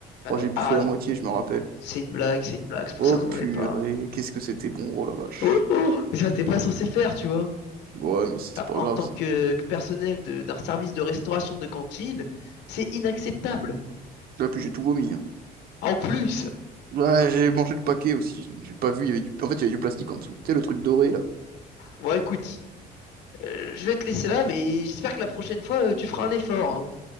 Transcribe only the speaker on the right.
Moi, j'ai bouffé
la
moitié, je me rappelle.
Oh,
purée,
qu'est-ce que c'était bon, oh la vache.
Ouais, mais c'est
pas
grave,
ça.
Là, puis j'ai tout vomi, hein.
Ouais, j'ai mangé le paquet aussi. J'ai pas vu, il y avait du... En fait, il y avait du plastique en dessous. Tu sais, le truc doré, là.